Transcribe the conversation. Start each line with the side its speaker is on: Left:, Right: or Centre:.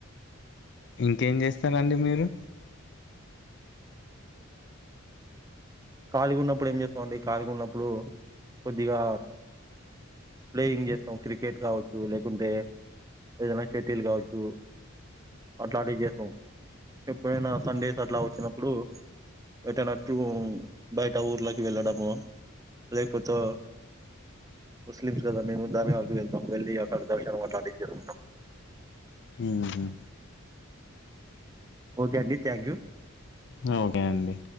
Left: ఇంకేం చేస్తారండి మీరు.
Right: ఖాళీ గున్నప్పుడు ఏం జేస్తామండి ఖాళీ గా ఉన్నప్పుడు కొద్దిగా ప్లేయింగ్ చేస్తాం. క్రికెట్ కావచ్చు లేకుంటే ఏదైనా సెటిల్ కావచ్చు అట్లాంటివి చేస్తాం. ఎప్పుడైనా సండేస్ అట్లా వచ్చినప్పుడు ఎటైనా టూ బయట ఊర్లోకి వెళ్ళడము లేకపోతే ముస్లిమ్స్ కదండీ మేము దర్గాకి వెళ్తాం వెళ్ళి అక్కడ దర్శనం అట్లాంటివి చేసుకుంటాం
Left: హు హామ్
Right: ఒకే అండి థ్యాంక్యూ
Left: ఆ ఓకే అండి